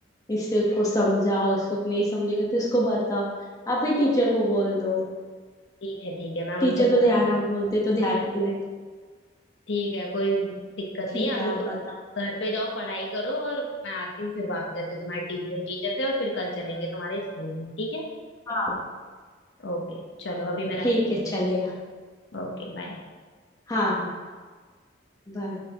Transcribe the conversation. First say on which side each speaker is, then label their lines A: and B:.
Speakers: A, on the left; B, on the left.
A: इससे को समझाओ इसको नहीं समझेगा तो इसको बताओ आप भी टीचर को बोल दो
B: ठीक है ठीक है मैं
A: टीचर
B: उनसे
A: तो
B: बोल
A: ध्यान
B: दूंगी
A: हम बोलते तो ध्यान नहीं दे रहे।
B: ठीक है कोई दिक्कत
A: ठीक
B: नहीं है अभी
A: है आप
B: तुम
A: बता
B: घर पे जाओ पढ़ाई करो और मैं आती हूँ फिर बात करती हूँ तुम्हारे ट्यूशन टीचर से और फिर कल चलेंगे तुम्हारे स्कूल में ठीक है
A: हाँ
B: ओके चलो अभी मैं
A: ठीक
B: रखती
A: है
B: हूँ
A: चलेगा
B: Okay bye
A: हाँ हाँ बाय